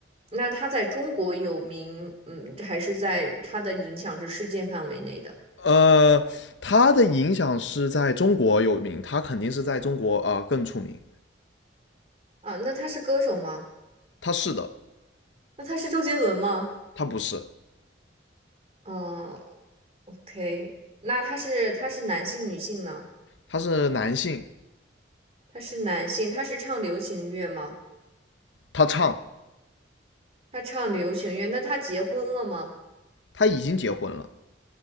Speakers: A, on the right; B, on the left.
A: 那他在中国有名，嗯，还是在他的影响是世界范围内的
B: 呃，他的影响是在中国有名，他肯定是在中国啊、呃更出名。
A: 啊？那他是歌手吗？
B: 他是的，
A: 那他是周杰伦吗？
B: 他不是，
A: 嗯，OK，那他是他是男性女性呢？
B: 他是男性，
A: 他是男性，他是唱流行乐吗？
B: 他唱，
A: 他唱流行乐，那他结婚了吗？
B: 他已经结婚了。